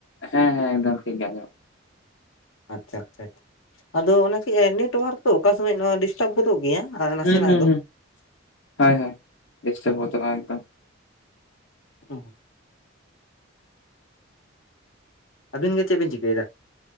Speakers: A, on the left; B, on the left.
A: ᱦᱮᱸ ᱦᱮᱸ ᱮᱠᱫᱚᱢ ᱴᱷᱤᱠ ᱜᱮ ᱟᱸᱡᱚᱢᱚᱜ
B: ᱟᱪᱪᱷᱟ ᱟᱪᱪᱷᱟ ᱟᱪᱪᱷᱟ ᱟᱫᱚ ᱚᱱᱟᱠᱤ ᱮᱸ ᱱᱤᱛ ᱴᱟᱣᱟᱨ ᱛᱚ ᱚᱠᱟ ᱥᱚᱢᱚᱭ ᱱᱚᱣᱟ ᱰᱤᱥᱴᱟᱯ ᱜᱚᱫᱚᱜ ᱜᱮᱭᱟ᱾ ᱱᱟᱥᱮᱱᱟᱜ
A: ᱦᱩᱸ ᱦᱩᱸ
B: ᱫᱚ
A: ᱦᱩᱸ, ᱦᱳᱭ ᱦᱳᱭ ᱰᱤᱥᱴᱟᱯ ᱜᱚᱫᱚᱜ-ᱟ ᱮᱠᱫᱚᱢ᱾
B: ᱦᱩᱸ ᱦᱩᱸ ᱟᱹᱵᱤᱱ ᱜᱮ ᱪᱮᱜ ᱵᱤᱱ ᱪᱤᱠᱟᱹᱭ ᱫᱟ?